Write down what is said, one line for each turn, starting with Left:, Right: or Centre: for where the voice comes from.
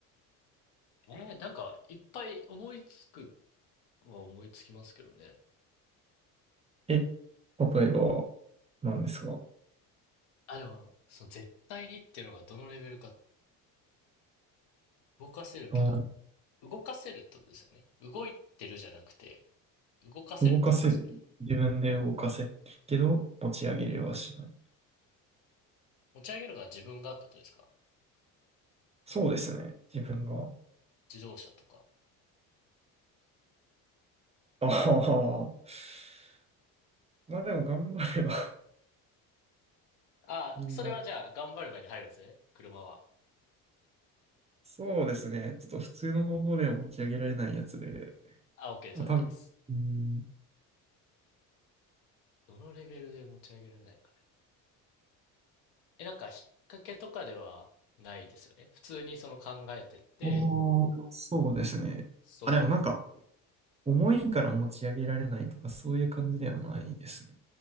Left: えー、なんか、いっぱい思いつくは思いつきますけどね。
Right: て。え、例えば、なんですか
Left: あ、でも、その絶対にっていうのがどのレベルか動かせるけど、
Right: あー、
Left: 動かせるってことですよね。動いてるじゃなくて、動かせるってことですよね。
Right: 動かせる。自分で動かせるけど、持ち上げれはしない。
Left: 持ち上げるのは自分がってことですか
Right: そうですね。自分が。
Left: 自動車とか。
Right: ああ。<laughs> まあでも頑張れば <laughs>
Left: ああ、
Right: みんな。
Left: それはじゃあ、頑張ればに入るんですね。車は。
Right: そうですね。ちょっと普通の方法では持ち上げられないやつで。
Left: あ、OK です、
Right: あ、
Left: OK
Right: 多分。
Left: です。
Right: うん。
Left: どのレベルで持ち上げられないかだよ。え、なんか、引っ掛けとかではないですよね。普通にその考えてって、
Right: おー、そうですね。
Left: そういう、
Right: あ、でもなんか、重いから持ち上げられないとか、そういう感じではないですね。